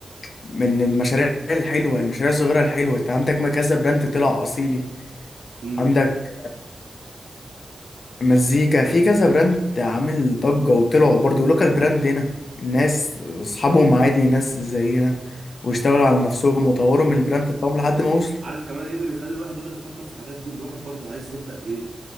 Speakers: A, on the left (about 65°); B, on the right (about 60°).
A: من المشاريع الحلوة المشاريع الصغيرة الحلوة انت عندك ما كذا براند طلع أصيلي
B: امم
A: عندك مزيكا في كذا براند عامل ضجة وطلعوا برضو لوكال براند هنا ناس أصحابهم عادي ناس زينا واشتغلوا على نفسهم وطوروا من البراند بتاعهم لحد ما وصلوا
B: عارف كمان ايه اللي بيخلي الواحد يقعد يفكر في الحاجات دي الواحد برضو عايز يبدأ ايه